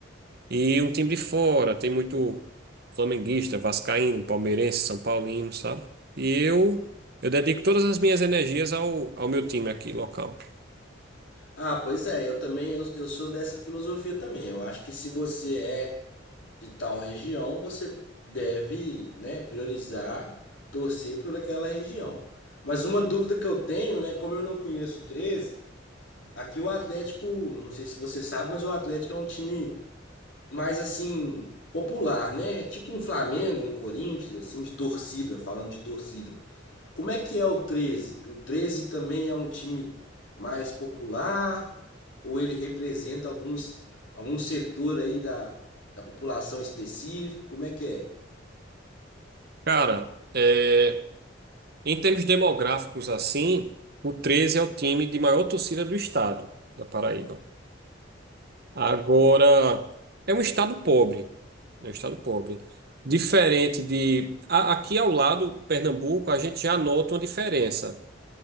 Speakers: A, on the right; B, on the left.
A: E um time de fora, tem muito flamenguista, vascaíno, palmeirense, são paulino, sabe? E eu eu dedico todas as minhas energias ao, ao meu time aqui, local.
B: Ah, pois é, eu também, eu, eu sou dessa filosofia também. Eu acho que se você é de tal região, você deve, né, priorizar, torcer por aquela região. Mas uma dúvida que eu tenho, né, como eu não conheço o 13, aqui o Atlético, não sei se você sabe, mas o Atlético é um time mais assim popular, né? Tipo um Flamengo, um Corinthians, assim, de torcida, falando de torcida. Como é que é o 13? O 13 também é um time mais popular ou ele representa alguns, algum setor aí da, da população específico? Como é que é?
A: Cara, é, em termos demográficos assim, o treze é o time de maior torcida do estado, da Paraíba. Agora, é um estado pobre, é um estado pobre. Diferente de... a- Aqui ao lado, Pernambuco, a gente já nota uma diferença.